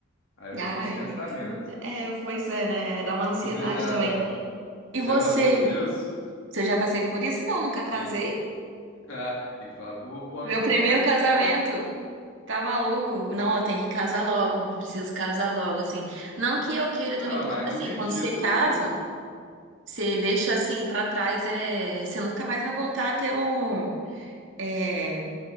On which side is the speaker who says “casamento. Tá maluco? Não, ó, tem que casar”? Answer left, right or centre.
Right